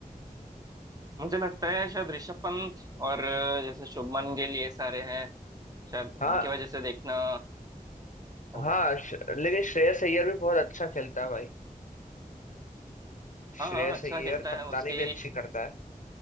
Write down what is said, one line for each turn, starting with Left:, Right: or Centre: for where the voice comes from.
Right: मुझे लगता है शायद ऋषभ पंत और अ, जैसे शुभमन गिल ये सारे हैं शायद उनकी
Left: हाँ
Right: वजह से देखना होगा
Left: हाँ श- लेकिन श्रेयस अय्यर भी बहुत अच्छा खेलता है भाई श्रेयस
Right: हाँ हाँ अच्छा
Left: अय्यर
Right: खेलता
Left: कप्तानी
Right: है उसकी
Left: भी अच्छी करता है